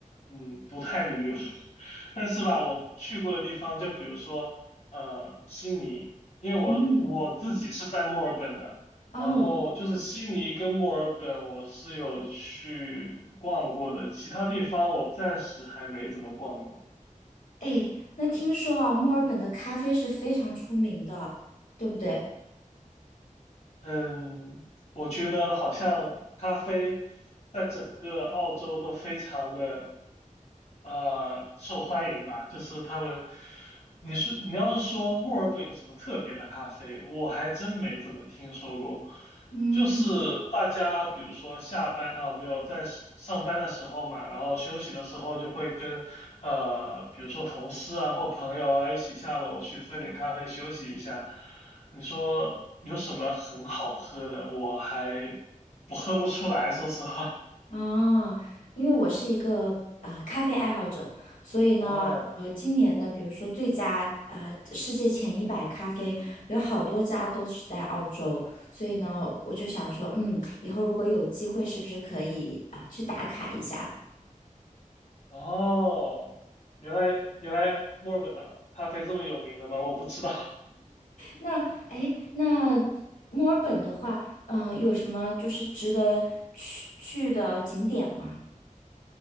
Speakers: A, on the left; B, on the left.
A: 嗯不太旅游，<laughs> 但是吧，我去过的地方，就比如说呃悉尼，因为我我自己是在墨尔本的，
B: 嗯，哦，
A: 然后就是悉尼跟墨尔本我是有去逛过的，其他地方我暂时还没怎么逛过。
B: 诶，那听说啊，墨尔本的咖啡是非常出名的，对不对？
A: 嗯，我觉得好像咖啡在整个澳洲都非常的呃受欢迎吧，就是他们，你是你要是说墨尔本有什么特别的咖啡，我还真没怎么听说过。
B: 嗯，
A: 就是嗯大家比如说下班啊，没有在上上班的时候嘛，然后休息的时候就会跟呃，比如说同事啊或朋友啊一起下楼去喝点咖啡休息一下。你说有什么很好喝的？我还我喝不出来，说实话。
B: 啊，因为我是一个啊、呃咖啡爱好者，所以呢，
A: <laughs> 哦
B: 呃，今年的比如说最佳啊、呃、世界前一百咖啡，有好多家都是在澳洲，所以呢，我就想说，嗯，以后如果有机会，是不是可以啊、去打卡一下？
A: 哦，原来原来墨尔本的咖啡这么有名的吗？我不知道。
B: 那哎，那墨尔本的话，呃，有什么就是值得去去的景点吗？